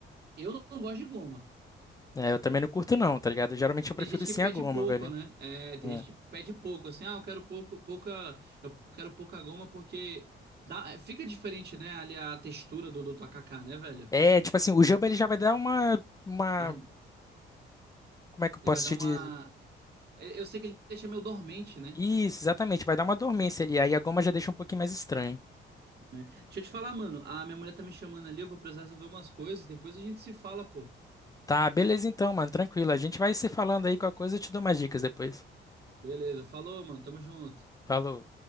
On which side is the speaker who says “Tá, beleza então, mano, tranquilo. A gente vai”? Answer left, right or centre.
Left